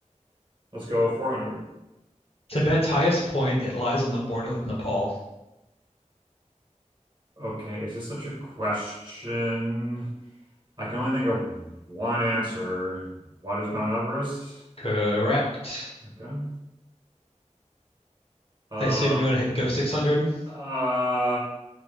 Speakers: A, on the right; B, on the left.
A: Let's go 400.
B: Tibet's highest point, it lies on the border with Nepal.
A: Okay. Is this such a question? I can only think of one answer. What is Mount Everest?
B: Correct.
A: Okay. Uh,
B: I assume you want to hit, go 600?
A: uh,